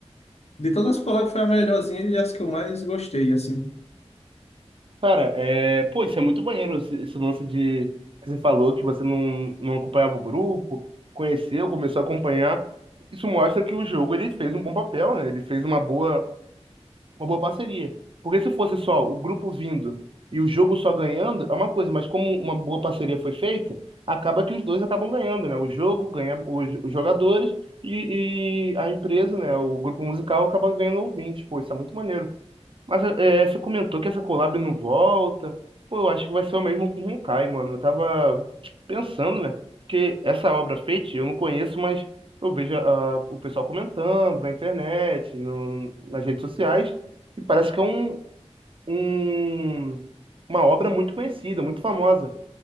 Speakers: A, on the left; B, on the right.
A: de todas as collabs foi a melhorzinha e as que eu mais gostei, assim.
B: Cara, é... pô, isso é muito maneiro, esse, esse lance de que você falou que você não, não acompanhava o grupo, conheceu, começou a acompanhar. Isso mostra que o jogo ele fez um bom papel, né? Ele fez uma boa, uma boa parceria. Porque se fosse só o grupo vindo e o jogo só ganhando, é uma coisa, mas como uma boa parceria foi feita, acaba que os dois acabam ganhando, né? O jogo ganha os, os jogadores e, e a empresa, né? O grupo musical acaba ganhando ouvintes. Pô, isso é muito maneiro. Mas é, você comentou que essa collab não volta. Pô, eu acho que vai ser o mesmo com Honkai, mano. Eu tava tipo, pensando, né? Que essa obra Fate eu não conheço, mas eu vejo ah, o pessoal comentando na internet, no- nas redes sociais, e parece que é um, um- uma obra muito conhecida, muito famosa.